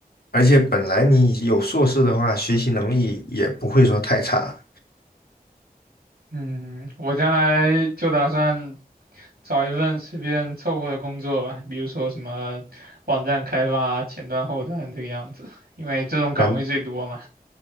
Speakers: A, on the left; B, on the right.
A: 而且本来你有硕士的话，学习能力也不会说太差。
B: 嗯，我将来就打算找一份随便凑合的工作吧，比如说什么网站开发、前端、后端这个样子，因为这种岗位最多嘛。
A: 反